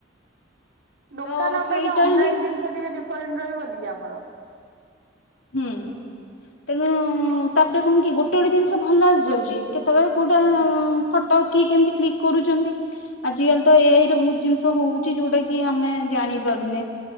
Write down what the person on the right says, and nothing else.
ଦୋକାନ
ଅପେକ୍ଷା
ଅନଲାଇନ୍
ଜିନିଷ ଟିକେ ଡିଫରେଣ୍ଟ ରହିବନି କି ଆମର।
ହୁଁ